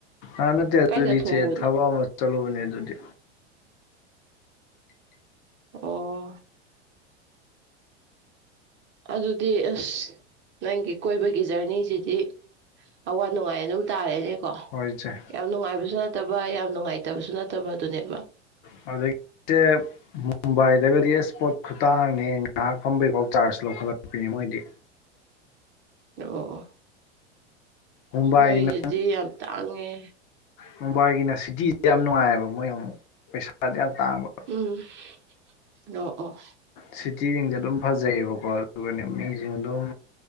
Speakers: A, on the left (about 45°); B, on the right (about 30°).
A: ꯑ ꯅꯠꯇꯦ ꯑꯗꯨꯗꯤ
B: ꯀꯥꯏ ꯆꯠꯊꯣꯛꯎꯕꯅꯣ
A: ꯏꯆꯦ ꯊꯕꯛ ꯑꯃ ꯆꯠꯂꯨꯕꯅꯦ ꯑꯗꯨꯗꯤ
B: ꯑꯣ ꯑꯗꯨꯗꯤ ꯑꯁ ꯅꯪꯒꯤ ꯀꯣꯢꯕꯒꯤ ꯖꯔꯅꯤꯖꯤꯗꯤ ꯑꯋꯥ ꯅꯨꯡꯉꯥꯢ ꯑꯗꯨꯝ ꯇꯥꯔꯦꯅꯦꯀꯣ
A: ꯍꯣꯢ ꯏꯆꯦ
B: ꯌꯥꯝ ꯅꯨꯡꯉꯥꯢꯕꯁꯨ ꯅꯠꯇꯕ ꯌꯥꯝ ꯅꯨꯡꯉꯥꯢꯇꯕꯁꯨ ꯅꯠꯇꯕ ꯑꯗꯨꯅꯦꯕ
A: ꯍꯧꯖꯤꯛꯆꯦ ꯃꯨꯝꯕꯥꯢꯗꯒꯗꯤ ꯑꯁ ꯄꯣꯠ ꯈꯨꯇꯥꯡꯑꯝꯅꯦ ꯉꯥꯍꯥꯛ ꯐꯝꯕꯩ ꯐꯥꯎ ꯆꯥꯔꯖ ꯂꯧꯈꯠꯂꯛꯄꯤꯅꯦ ꯃꯣꯢꯗꯤ
B: ꯑꯣ
A: ꯃꯨꯝꯕꯥꯏꯒꯤꯅ
B: ꯃꯣꯢꯖꯤꯗꯤ ꯌꯥꯝ ꯇꯥꯡꯉꯦ
A: ꯃꯨꯝꯕꯥꯢꯒꯤꯅ ꯁꯤꯇꯤꯖꯦ ꯌꯥꯝ ꯅꯨꯡꯉꯥꯢꯕ ꯃꯣꯢ ꯑꯃꯨꯛ ꯄꯩꯁꯥꯗꯤ ꯌꯥꯝ ꯇꯥꯡꯕ
B: ꯎꯝ ꯅꯣ ꯑꯣ
A: ꯁꯤꯇꯤꯖꯤꯡꯖꯦ ꯑꯗꯨꯝ ꯐꯖꯩꯌꯦꯕꯀꯣ ꯑꯗꯨꯒꯅꯦ ꯃꯤꯁꯤꯡ ꯑꯗꯨꯝ